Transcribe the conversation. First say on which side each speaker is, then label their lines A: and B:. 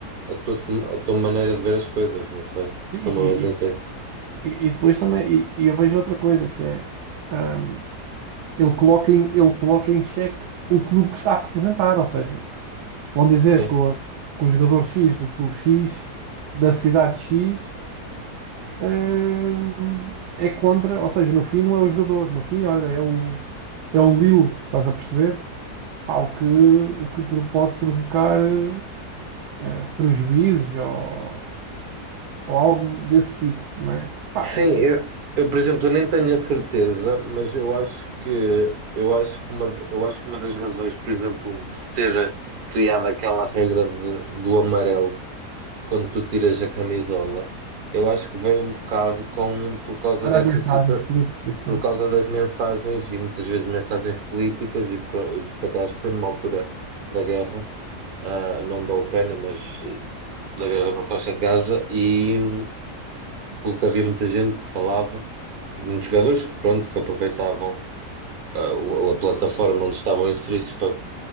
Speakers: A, on the right; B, on the right.
A: a tua, a tua maneira de ver as coisas, não sei se estou-me
B: E, e-
A: a fazer entender.
B: e- e depois também, e, e eu vejo outra coisa que é ahm, ele coloca em, ele coloca em xeque o clube que está a representar, ou seja. Vão dizer
A: É.
B: que o, que o jogador X do clube X, da cidade X, hum, é contra, ou seja, no fim não é o jogador, no fim, olha, é o, é o Lille, estás a perceber? Pá, o que, o que pro- pode provocar eh, eh, prejuízos ou, ou algo desse tipo, não é? Pá,
A: Sim,
B: e-
A: eu, eu, por exemplo, eu nem tenho a certeza, mas eu acho que eu acho que uma, eu acho que uma das razões, por exemplo, de se ter criado aquela regra de- do amarelo quando tu tiras a camisola, eu acho que veio um bocado com por causa
B: para
A: dessa
B: as mensagens
A: situação.
B: políticas,
A: por
B: né?
A: causa das mensagens e muitas vezes mensagens políticas, e por- e porque até acho que foi numa altura da guerra, ah, não da Ucrânia, mas eh, da guerra na faixa de Gaza, e hum, porque havia muita gente que falava, muitos jogadores que, pronto, que aproveitavam ah, o- a plataforma onde estavam inseridos para,